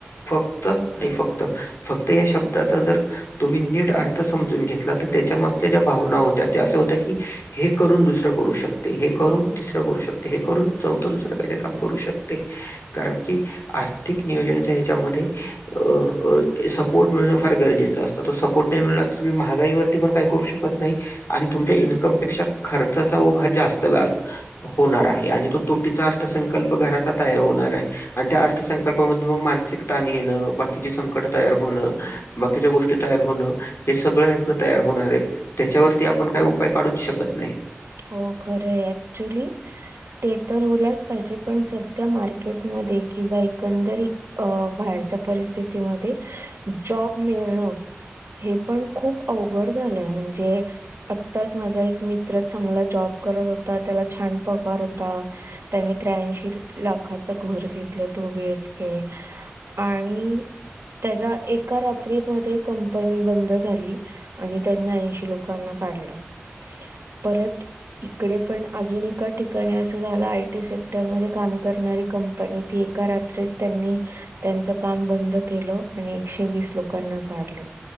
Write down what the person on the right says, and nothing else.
हो खरंए ऍक्चुली ते तर होलाच पाहिजे पण सध्या मार्केटमध् ध्ये वा एकंदरीत अ बाहेच्या परिस्थितीमध्ये जॉब मिळणं हे पण खूप अवघड झालंय म्हणजे आताच माझा एक मित्र चांगला जॉब करत होता, त्याला छान पगार होता, त्यानी त्र्याऐंशी लाखाचा घर घर घेतलं टू बी एच के आणि त्याचा एका रात्री मध्ये कंपनी बंद झाली आणि त्यांनी ऐंशी लोकांना काढलं परत इकडे पण अजून एका ठिकाणी असं झालं, आयटी सेक्टरमध्ये काम करणारी कंपनी पण ती एका रात्रीत त्यांनी त्यांच काम बंद केलं आणि एकशेवीस लोकांना. काढलं